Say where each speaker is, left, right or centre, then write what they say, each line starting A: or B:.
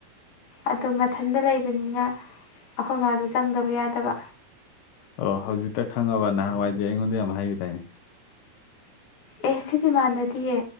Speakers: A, on the left (about 65°); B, on the left (about 85°).
A: ꯑꯗꯨ ꯃꯊꯟꯇ ꯂꯩꯕꯅꯤꯅ ꯑꯩꯈꯣꯏ ꯃꯥꯗꯣ ꯆꯪꯗꯕ ꯌꯥꯗꯕ
B: ꯑꯣ ꯍꯧꯖꯤꯛꯇ ꯈꯪꯉꯕ ꯅꯍꯥꯟꯋꯥꯏꯗꯤ ꯑꯩꯉꯣꯟꯗ ꯌꯥꯝ ꯍꯥꯏꯈꯤꯗꯥꯏꯅꯦ
A: ꯑꯦ ꯁꯤꯗꯤ ꯃꯥꯟꯅꯗꯤꯌꯦ